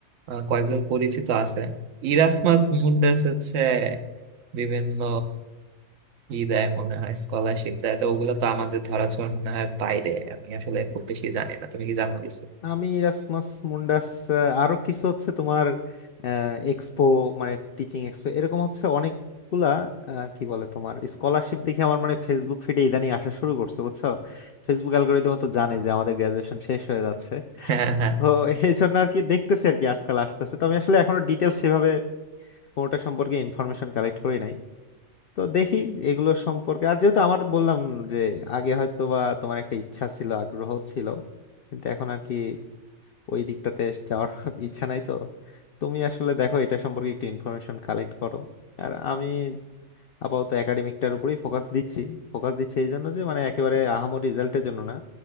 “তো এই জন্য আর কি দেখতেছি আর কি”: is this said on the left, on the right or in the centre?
Left